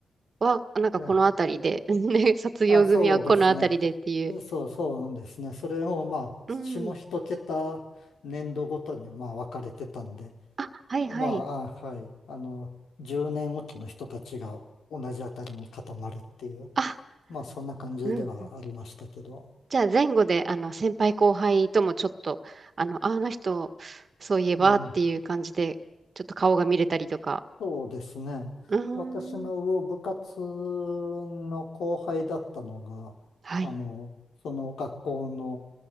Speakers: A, on the right (about 50°); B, on the left (about 85°).
A: は、なんかこの辺りで、
B: ええ
A: <laughs> ね、卒業組はこの辺りでっていう。
B: あ、そうですね。うそうそうなんですね。それをまあ、下一桁年度ごとにまあ分かれてたんで、
A: うん。あ、はいはい。
B: まあ、あはい。あの、10年おきの人たちが同じあたりに固まるっていう、
A: あ、
B: まあ、そんな感じではありましたけど。
A: うん。じゃあ前後であの先輩後輩ともちょっとあの、ああの人そういえばっていう感じでちょっと顔が見れたりとか。
B: うんそうですね。
A: うーん。
B: 私の部活の後輩だったのが、
A: はい。
B: あの、その学校の、